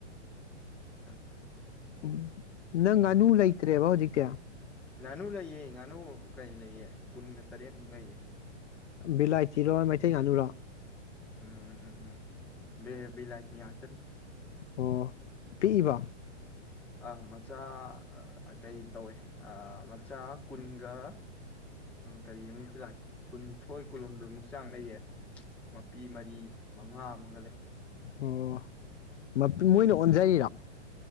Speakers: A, in the centre; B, on the left (about 70°).
A: <inaudible>
B: ꯎꯝ ꯅꯪ ꯉꯥꯅꯨ
A: ꯍꯧꯖꯤꯛ
B: ꯂꯩꯇ꯭ꯔꯦꯕ ꯍꯧꯖꯤꯛꯇꯤ
A: ꯉꯥꯅꯨ ꯂꯩꯌꯦ ꯉꯥꯅꯨ ꯀꯩ ꯂꯩꯌꯦ ꯀꯨꯟꯒ ꯇꯔꯦꯠꯃꯨꯛ ꯂꯩꯌꯦ꯫
B: ꯕꯤꯂꯥꯏꯇꯤꯔꯣ ꯃꯩꯇꯩ ꯉꯅꯨꯔꯣ
A: ꯎꯝ ꯎ ꯎꯝ ꯕꯤꯂꯥꯏꯇꯤ ꯉꯥꯛꯇꯅꯤ꯫
B: ꯑꯣ ꯄꯤꯛꯏꯕ
A: ꯑ ꯃꯆꯥ ꯀꯩ ꯇꯧꯋꯦ ꯃꯆꯥ ꯀꯨꯟꯒ ꯎꯝ ꯀꯔꯤꯃꯨꯛꯀꯤ ꯂꯥꯛꯏ ꯀꯨꯟꯅꯤꯊꯣꯏ ꯀꯨꯟꯍꯨꯝꯗꯣꯏꯃꯨꯛ ꯆꯥꯡ ꯂꯩꯌꯦ ꯃꯄꯤ ꯃꯔꯤ ꯃꯉꯥ ꯑꯃꯒ ꯂꯩ꯫
B: ꯑꯣ ꯃꯇꯨ ꯃꯣꯏꯅ ꯑꯣꯟꯖꯔꯤꯔ꯫